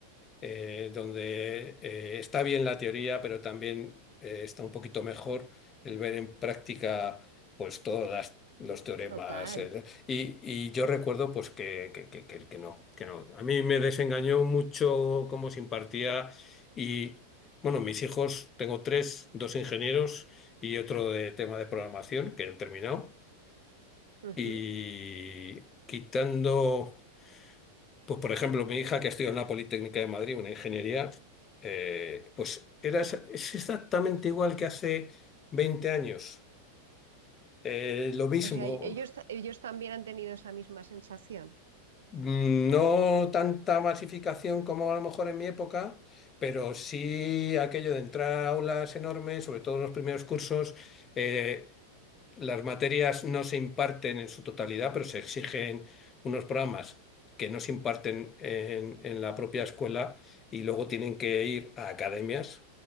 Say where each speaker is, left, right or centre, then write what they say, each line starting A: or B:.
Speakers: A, on the left; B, on the right.
A: eh, donde eh, está bien la teoría, pero también eh, está un poquito mejor el ver en práctica pues todos las- los teoremas.
B: Total.
A: el- y, y yo recuerdo pues que, que, que, que- que no, que no. A mí me desengañó mucho cómo se impartía y bueno, mis hijos, tengo tres, dos ingenieros y otro de tema de programación que han terminado.
B: Ujú.
A: Y quitando... Pues, por ejemplo, mi hija que estudia en la Politécnica de Madrid, una ingeniería, eh, pues era, es es exactamente igual que hace 20 años. Eh, lo mismo,
B: O sea, y- ellos, ta- ellos también han tenido esa misma sensación.
A: Mm, No tanta masificación como a lo mejor en mi época, pero sí aquello de entrar a aulas enormes, sobre todo en los primeros cursos. eh, las materias no se imparten en su totalidad, pero se exigen unos programas que no se imparten en, en la propia escuela y luego tienen que ir a academias